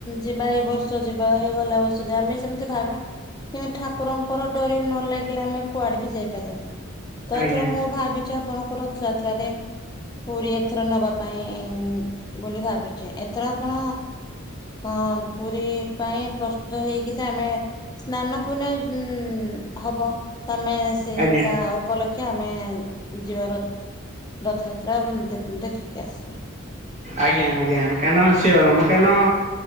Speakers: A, on the left; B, on the right.
A: ଯିବା ଏଇ ବର୍ଷ ବର୍ଷ ଯିବା ଏଇ ଗଲା ବର୍ଷ ଯିବା ଆମେ ସେମିତି ଭାବ୍ ବା କିନ୍ତୁ ଠାକୁରଙ୍କର ଡୋରି ନ ଲାଗିଲେ ଆମେ କୁଆଡେ ବି ଯାଇପାରାବାନି। ତ
B: ଆଜ୍ଞା
A: ଏଥର ମୁଁ ଭାବିଛି ଆପଣଙ୍କ ରଥଯାତ୍ରାରେ ପୁରୀ ଏଥର ନବା ପାଇଁ ବୋଲି ଭାବିଛି ଏଥର ଆପଣ ଅ ପୁରୀ ପାଇଁ ପ୍ରସ୍ତୁତ ହେଇକି ତ ଆମେ ସ୍ନାନ ପୁଣ୍ୟ ଉ ହବ ତମେ ସେଇ
B: ଆଜ୍ଞା
A: ତା କ୍ଷ ଆମେ ଯିବାର ରଥଯାତ୍ରା ଦେଖିକି ଆସିବା।
B: ଆଜ୍ଞା ଆଜ୍ଞା କାଇଁନା ସିଏ ମ କାଇଁନ